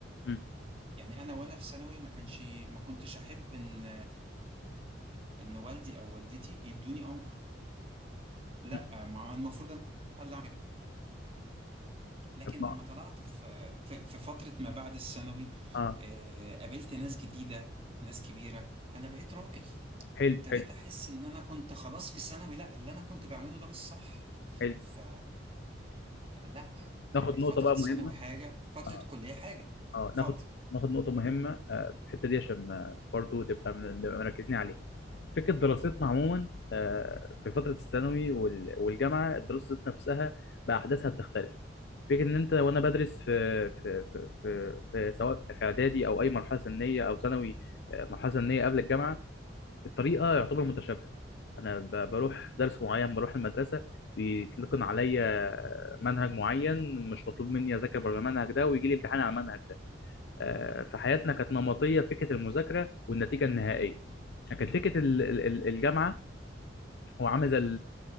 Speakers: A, on the left (about 60°); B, on the right (about 30°).
A: مم،
B: يعني أنا وأنا في ثانوي ما كانش ما كنتش أحب إن إن والدي أو والدتي يدوني أمر لا
A: مم.
B: ما المفروض أنا اللي أعمل كده لكن
A: طب ما-
B: لما طلعت في في في فترة ما بعد الثانوي
A: آه
B: آه، قابلت ناس جديدة ناس كبيرة أنا بقيت راجل
A: حلو
B: ابتديت
A: حلو
B: أحس إن أنا كنت خلاص في ثانوي لأ اللي أنا كنت بعمله ده مش صح
A: حلو
B: ف لأ آه،
A: ناخد
B: فترة
A: نقطة بقى
B: ثانوي
A: مهمة
B: حاجة فترة
A: آه.
B: كلية حاجة
A: اه
B: اتفضل
A: ناخد ناخد نقطة مهمة آه، في الحتة دي عشان ما- برضو تبقى من- نبقى مركزين عليها فكرة دراستنا عموما آه، في فترة الثانوي وال- والجامعة الدراسة نفسها بأحداثها بتختلف فكرة إن أنت وأنا بدرس في في في في, في سواء في إعدادي أو أي مرحلة سنية أو ثانوي آه، مرحلة سنية قبل الجامعة الطريقة يعتبر متشابهة أنا ب- بروح درس معين بروح المدرسة بيتلقن عليا منهج معين مش مطلوب مني أذاكر بره المنهج ده ويجي لي امتحان على المنهج ده. آه، في حياتنا كانت نمطيه فكره المذاكره والنتيجه النهائيه لكن فكره ال- ال- ال- الجامعه هو عامل زي